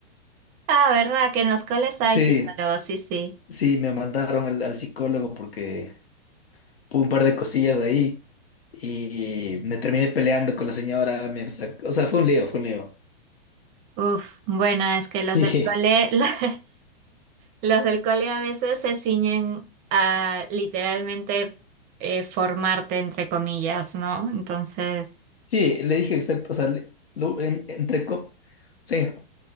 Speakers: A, on the right (about 30°); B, on the left (about 85°).
A: Ah, ¿verdad? Que en los coles hay
B: Sí,
A: psicólogos, sí, sí.
B: sí, me mandaron al, al psicólogo porque un par de cosillas ahí y me terminé peleando con la señora, me sacó- o sea, fue un lío, fue un lío.
A: Uf, bueno, es que
B: Sí,
A: las del cole, <laughs> la- las del cole a veces se ciñen a literalmente eh, formarte, entre comillas, ¿no? Entonces,
B: sí, le dije exacto, o sea, le- lo- en- entre, co- sí, en